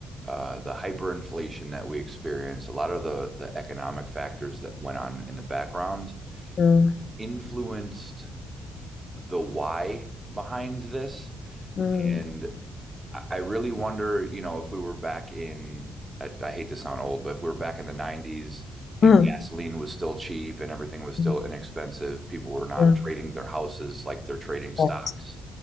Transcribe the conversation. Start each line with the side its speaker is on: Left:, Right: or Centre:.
Right: uh, the hyperinflation that we experienced, a lot of the the economic factors that went on in the background
Left: Mm.
Right: influenced the why behind this
Left: Mm.
Right: and I really wonder, you know, if we were back in, I, I hate to sound old, but if we were back in the 90s and
Left: Mm.
Right: gasoline was still cheap and everything was still
Left: Mm.
Right: inexpensive, people were not
Left: Mm.
Right: trading their houses like they're trading stocks,
Left: Mm.